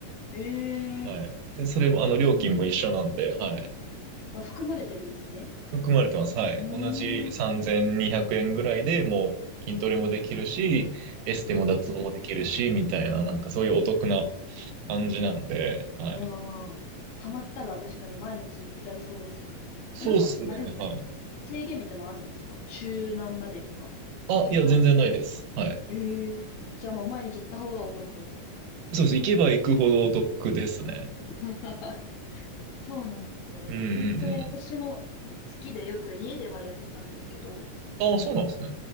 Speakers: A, on the left; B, on the right.
A: ええー、
B: はい。で、それも、あの、料金も一緒なんで、
A: そうなんだ。
B: はい。
A: あ、含まれてるんですね。
B: 含まれてます。はい。
A: うーん、
B: 同じ3200円ぐらいでもう筋トレもできるし、
A: う
B: エステも脱毛もできるし、
A: ん、うん。
B: みたいな、なんかそういうお得な感じなんで、はい。
A: わあ、ハマったら確かに毎日行っちゃいそうですね。
B: そうっすね、
A: あなんか、あれですか制限みたいなのあるんですか週何までとか。
B: はい。あ、いや、
A: ない。
B: 全然ないです。はい。
A: ええー。じゃあもう毎日行った方がお得。
B: そうです。行けば行くほどお得ですね。
A: <laughs> そうなんですね。
B: うんうん
A: 筋トレ、私も好きでよく家ではやってたんですけど、
B: うん。あ、そうなんですね。